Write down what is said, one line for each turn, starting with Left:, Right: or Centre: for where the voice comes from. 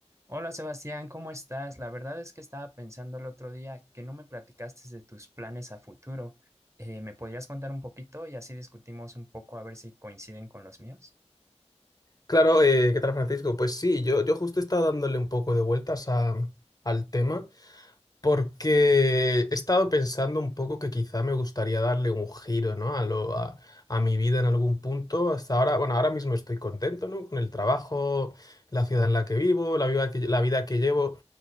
Right: Hola Sebastián, ¿cómo estás? La verdad es que estaba pensando el otro día que no me platicaste de tus planes a futuro. Eh, ¿me podrías contar un poquito y así discutimos un poco a ver si coinciden con los míos?
Left: Claro, eh, ¿qué tal, Francisco? Pues sí, yo, yo justo he estado dándole un poco de vueltas a- al tema porque he estado pensando un poco que quizá me gustaría darle un giro, ¿no? a, lo- a, a mi vida en algún punto. Hasta ahora, bueno, ahora mismo estoy contento, ¿no? Con el trabajo, la ciudad en la que vivo, la vida que, la vida que llevo,